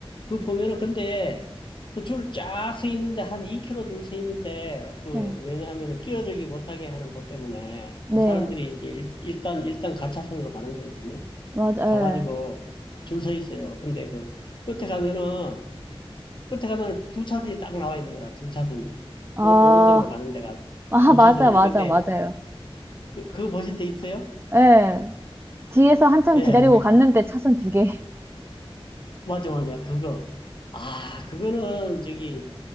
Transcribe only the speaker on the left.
그 보면은 근데 그 줄 쫙 서 있는데 한 2km 줄 서 있는데 그
왜냐하면은 끼어들기 못하게 하는 법 때문에
그 사람들이 이제 일, 일단 일단 가차선으로 가는 거거든요.
가가지고 줄 서 있어요. 근데 그 끝에 가면은 끝에 가면은 두 차선이 딱 나와 있는 거라 두 차선이
오, 오른쪽으로 가는 데가
두
차선이야.
근데
그, 그거 보신 적 있어요?
예.
맞아, 맞아. 그거. 아, 그거는 저기,